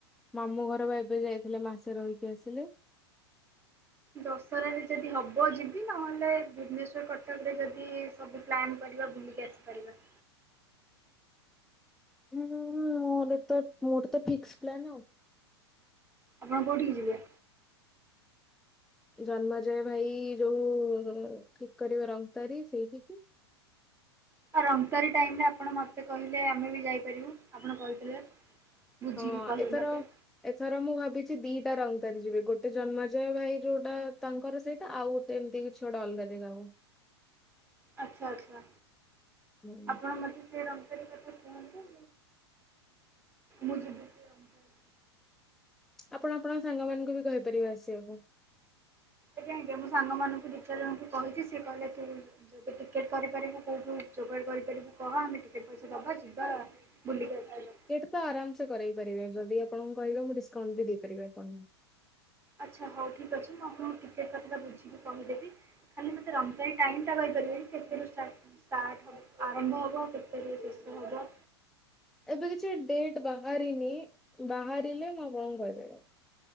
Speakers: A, in the centre; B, on the right.
A: ମାମୁଁ ଘର ବା ଏବେ ଯାଇଥିଲେ ମାସେ ରହିକି ଆସିଲେ।
B: ଦଶହରାରେ ଯଦି ହବ ଯିବି ନହେଲେ ଭୁବନେଶ୍ଵର କଟକ ରେ ଯଦି ସବୁ ପ୍ଲାନ୍ କରିବା ବୁଲିକି ଆସିପାରିବା।
A: ହୁଁ ହୁଁ ହୁଁ। ମୋର ତ ମୋର ତ ଫିକ୍ସ ପ୍ଲାନ୍ ଆଉ।
B: ଆପଣ କୋଉଠିକି ଯିବେ?
A: ଜନ୍ମଜୟ ଭାଇ ଯୋଉ ଠିକ୍ କରିବ ରମ୍ପତାରି ସେଇଠି କି।
B: ଆ ରମ୍ପତାରୀ ଟାଇମରେ ଆପଣ ମତେ କହିଲେ ଆମେ ବି ଯାଇପାରିବୁ ଆପଣ କହିଥିଲେ। ବୁଝିକି
A: ହଁ
B: କହିବେ
A: ଏଥର
B: ମତେ।
A: ଏଥର ମୁଁ ଭାବିଚି ଦିଟା ରଙ୍ଗତାରି ଯିବି ଗୋଟେ ଜନ୍ମାଜୟ ଭାଇ ଯୋଉଟା ତାଙ୍କର ସେଇଟା ଆଉ ଯେମିତି କିଛି ଗୋଟେ ଅଲଗାାରେ ଜାଗାକୁ।
B: ଆଚ୍ଛା ଆଚ୍ଛା
A: ହୁଁ
B: ଆପଣ ମତେ ସେ ରମ୍ପତାରୀ କଥା କହନ୍ତୁ ମୁଁ ଯିବି ସେ ରଙ୍ଗତାରୀ।
A: ଆପଣ ଆପଣଙ୍କ ସାଙ୍ଗମାନଙ୍କୁ ବି କହିପାରିବେ ଆସିବାକୁ।
B: ସେଇଥି ପାଇଁ ଯେ ମୁଁ ସାଙ୍ଗମାନଙ୍କୁ ଦିଇ ଚିରାଜଣଙ୍କୁ କହିଚି ସିଏ କହିଲେ କି ଯଦି ଟିକେଟ କରିପାରିବୁ କୋଉଠୁ ଯୋଗାଡ କରିପାରିବୁ। କହ ଆମେ ଟିକେ ପଇସା ଦବା ଯିବା ବୁଲିକି ଆସି ଆଇବା।
A: ଏଇଟା ତ ଆରାମସେ କରେଇ ପାରିବେ ଯଦି ଆପଣଙ୍କୁ କହିବେ ମୁଁ ଡିସକାଉଣ୍ଟ ବି ଦେଇପାରିବି ଆପଣଙ୍କୁ।
B: ଆଚ୍ଛା ହୋଉ ଠିକ୍ ଅଛି। ମୁଁ ଆପଣଙ୍କୁ ଟିକେଟ୍ କଥାଟା ବୁଝିକି କହିଦେବି। ଖାଲି ମତେ ରମ୍ପେଇ ଟାଇମଟା କହିପାରିବେ କି କେତେରୁ ଷ୍ଟାଟ? ଷ୍ଟାର୍ଟ ହ ଆରମ୍ଭ ହବ କେତେବେଳ ଶେଷ ହବ।
A: ଏବେ କିଛି ଡେଟ୍ ବାହାରିନି ବାହାରିଲେ ମୁଁ ଆପଣଙ୍କୁ କହିଦେବି।